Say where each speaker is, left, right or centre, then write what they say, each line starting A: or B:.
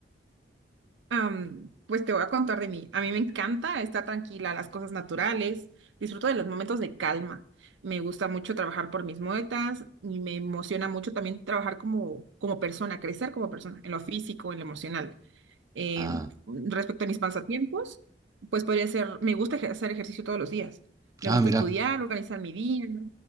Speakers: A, on the right; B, on the right.
A: Am, pues te voy a contar de mí. A mí me encanta estar tranquila, las cosas naturales. Disfruto de los momentos de calma. Me gusta mucho trabajar por mis metas y me emociona mucho también trabajar como, como persona, crecer como persona, en lo físico, en lo emocional. Eh,
B: Ah,
A: respecto a mis pasatiempos, pues podría ser, me gusta ejer- hacer ejercicio todos los días. Me
B: ah,
A: gusta
B: mirá,
A: estudiar, organizar mi día. ¿no?